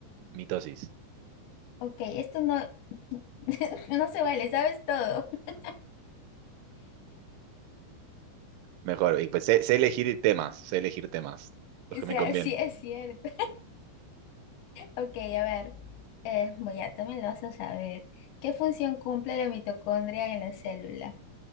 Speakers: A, on the right; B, on the left.
A: Mitosis.
B: Ok, esto no, <laughs> no se vale, sabes todo. <laughs>
A: Mejor. Y pues sé, sé elegir temas, sé elegir temas, los
B: O
A: que
B: sea,
A: me convienen.
B: sí es cierto. Ok, a ver, eh, voy a, también lo vas a saber. ¿Qué función cumple la mitocondria en la célula?